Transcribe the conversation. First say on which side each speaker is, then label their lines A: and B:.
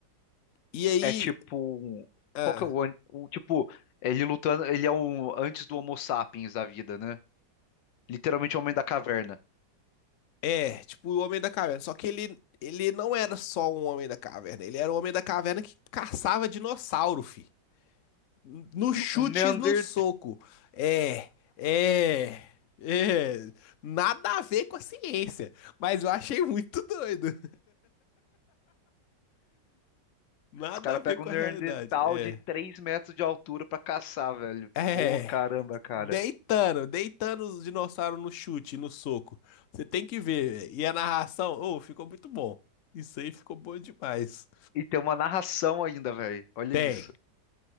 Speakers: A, on the left; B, on the left.
A: E aí,
B: É tipo. um-
A: ah,
B: Qual que é o, an- o. Tipo, ele lutando. Ele é o antes do Homo sapiens da vida, né? Literalmente o homem da caverna.
A: é, tipo o Homem da Caverna, só que ele ele não era só um Homem da Caverna, ele era o Homem da Caverna que caçava dinossauro, fi. No chute,
B: Um Neandertal.
A: e no soco. É, é, é. Nada a ver com a ciência, mas eu achei muito doido. Nada
B: Os caras
A: a ver
B: pegam
A: com
B: um Neandertal
A: a realidade. É.
B: de 3 metros de altura pra caçar, velho.
A: É.
B: Pô, caramba, cara.
A: Deitando, deitando os dinossauros no chute, no soco. Você tem que ver. E a narração, oh, ficou muito bom. Isso aí ficou bom demais.
B: E tem uma narração ainda, velho. Olha
A: Tem,
B: isso.